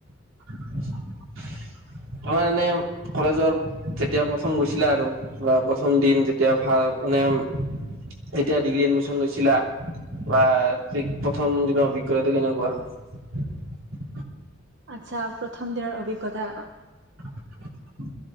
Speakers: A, on the right; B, on the right.
A: <unintelligible> তোমাৰ মনে কলেজৰ যেতিয়া প্ৰথম গৈছিলা আৰু বা প্ৰথম দিন যেতিয়া ভাল মানে এতিয়া ডিগ্ৰী এডমিশন লৈছিলা বা ঠিক প্ৰথম দিনৰ অভিজ্ঞতাটো কেনেকুৱা
B: আচ্ছা প্ৰথম দিনৰ অভিজ্ঞতা
A: <unintelligible>